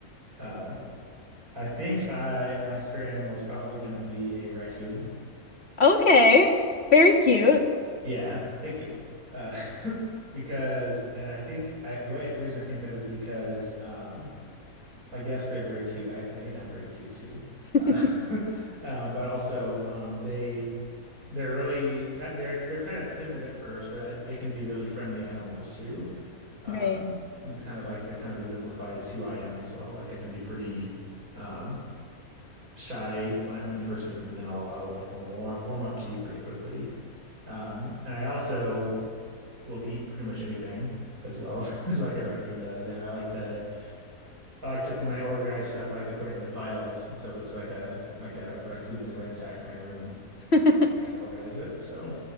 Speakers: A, on the right (about 80°); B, on the left (about 45°).
A: Um, I think I my spirit animal is probably going to be a raccoon.
B: Okay, very cute.
A: Yeah, thank you. Uh, <laughs> because and I think I the way the reason I think that is because um, like yes, they're very cute. I, I think I'm very cute too.
B: <laughs>
A: Uh, <laughs> uh, but also um, they. They're really kind they're they're kind of timid at first, but I, they can be really friendly animals too. Um,
B: Right.
A: and it's kind of like that kind of exemplifies who I am as well. Like I can be pretty um shy when I when you first meet me, but then I'll I'll like warm warm up, warm up to you pretty quickly. Um, and I also will eat pretty much anything as well, <laughs> just like a raccoon does. And I like to I like to when I organize stuff, I like to put it into piles, and so it looks like a like a raccoon has ransacked my room
B: <laughs>
A: when I'm trying to organize it. So.